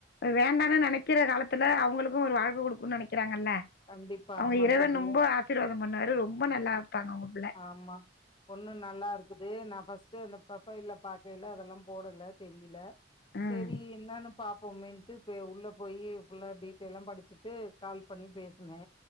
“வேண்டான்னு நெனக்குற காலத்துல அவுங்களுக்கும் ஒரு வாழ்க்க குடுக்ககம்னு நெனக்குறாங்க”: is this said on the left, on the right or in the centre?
Left